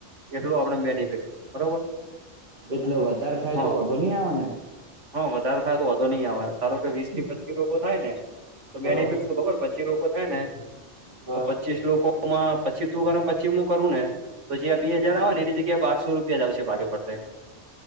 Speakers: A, on the right (about 85°); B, on the right (about 50°).
A: એટલું આપડે બેનિફિટ બરોબર.
B: એટલે વધારે થાય
A: હા
B: તો વધુ નહ આવે ને.
A: હા વધારે થાય તો વધો નહી આવે ધારો કે વીસ થી પચીસ ર થાય ને તો
B: હા
A: બેનિફિટ. તો ખબર પછી લોકો થાય ને
B: હા
A: તો પચીસ લોકોમાં
B: હા
A: પછી તું કરે પછી હું કરું ને તો જે આ બે હજાર આવે ને એની જગ્યાએ બારસો રૂપિયા જ આવશે ભાગે પડતે